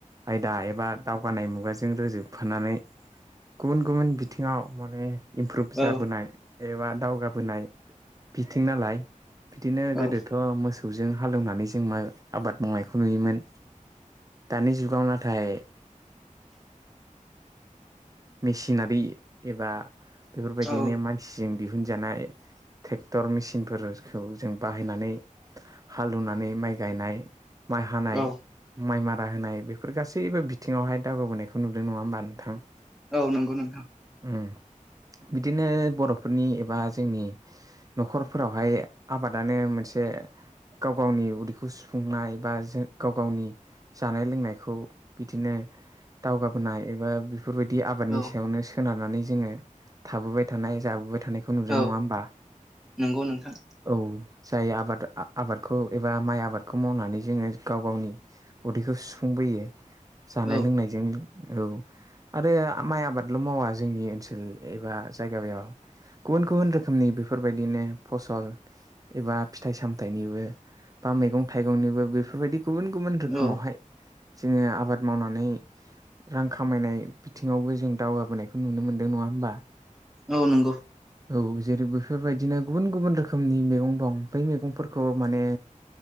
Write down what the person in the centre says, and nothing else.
औ
औ
औ
औ
औ नंगौ नोंथां।
औ
औ
नंगौ नोंथां
औ
औ
औ नंगौ।